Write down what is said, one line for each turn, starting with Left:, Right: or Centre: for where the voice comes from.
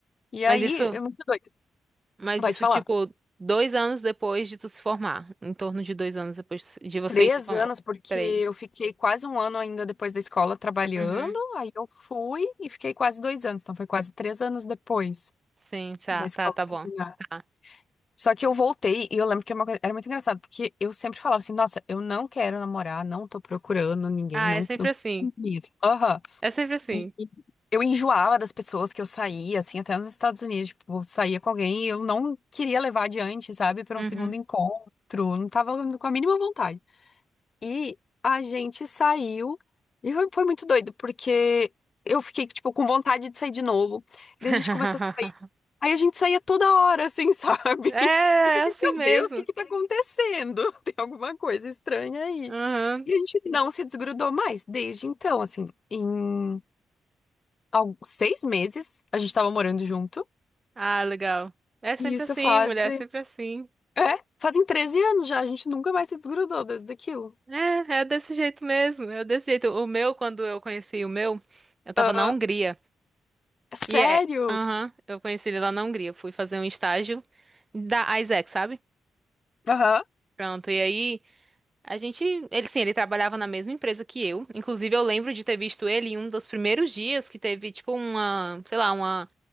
Left: E
Right: Mas
Left: aí,
Right: isso,
Left: é muito doido.
Right: mas
Left: Vai
Right: isso,
Left: te falar.
Right: tipo, dois anos depois de tu se formar. Em torno de dois anos depois de vocês
Left: Três
Right: se formar.
Left: anos, porque
Right: Peraí.
Left: eu fiquei quase um ano ainda depois da escola trabalhando.
Right: Uhum.
Left: Aí eu fui e fiquei quase dois anos. Então foi quase três anos depois
Right: Sim, tá,
Left: da escola
Right: tá, tá
Left: terminar.
Right: bom. Tá.
Left: Só que eu voltei e eu lembro que é uma coisa- era muito engraçado, porque eu sempre falava assim, nossa, eu não quero namorar, não tô procurando ninguém,
Right: Ah,
Left: não,
Right: é sempre
Left: não
Right: assim.
Left: quero mesmo. Aham.
Right: É sempre assim.
Left: E eu enjoava das pessoas que eu saía, assim, até nos Estados Unidos, tipo, eu saía com alguém e eu não queria levar adiante, sabe, para
Right: Uhum.
Left: um segundo encontro, não tava com a mínima vontade. E a gente saiu e foi foi muito doido, porque eu fiquei, tipo, com vontade de sair de novo.
Right: <laughs>
Left: Daí a gente começou a sair. Aí a gente saía toda hora, assim, <laughs> sabe?
Right: É,
Left: Eu pensei,
Right: é assim
Left: meu
Right: mesmo.
Left: Deus, o que que tá acontecendo? <laughs> Tem alguma coisa estranha aí.
Right: Aham.
Left: E a gente não se desgrudou mais desde então, assim, em al- seis meses a gente tava morando junto.
Right: Ah, legal. É sempre
Left: E isso
Right: assim,
Left: faz.
Right: mulher, é sempre assim.
Left: É, fazem 13 anos já, a gente nunca mais se desgrudou desde aquilo.
Right: É, é desse jeito mesmo, é desse jeito. O meu, quando eu conheci o meu, eu tava
Left: Aham.
Right: na Hungria.
Left: É Sério?
Right: E é. Aham, eu conheci ele lá na Hungria. Fui fazer um estágio da Isaac, sabe?
Left: Aham.
Right: Pronto, e aí a gente. Ele sim, ele trabalhava na mesma empresa que eu. Inclusive, eu lembro de ter visto ele em um dos primeiros dias que teve, tipo, uma. Sei lá, uma.